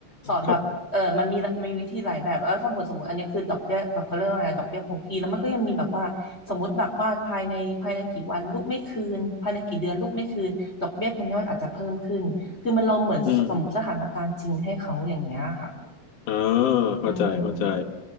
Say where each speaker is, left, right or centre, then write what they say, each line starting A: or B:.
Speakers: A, on the left; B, on the left.
A: สอนแบบเออมันมีมีวิธีหลายแบบแล้วถ้าเผื่อสมมติอันนี้คือดอกเบี้ยแบบเขาเรียกว่าไงดอกเบี้ยคงที่แล้วมันก็ยังมีแบบว่าสมมติแบบว่าภายในภายในกี่วันลูกไม่คืนภายในกี่เดือนลูกไม่คืนดอกเบี้ยตรงเนี้มันอาจจะเพิ่มขึ้นคือมันเราเหมือนสมมติสถานการณ์จริงให้เขาอย่างเงี้ยค่ะ
B: ครับอืมอ่าเข้าใจเข้าใจ
A: อืม